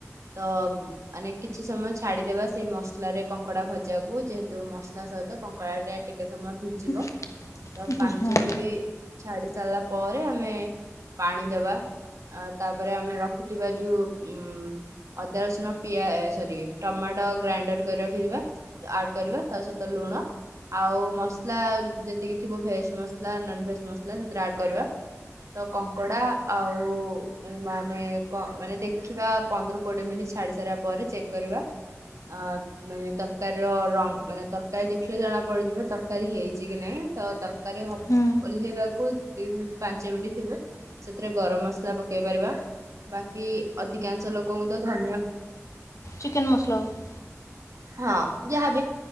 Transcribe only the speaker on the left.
<inaudible>
ହଁ
ହୁଁ।
ଚିକେନ ମସଲା କ?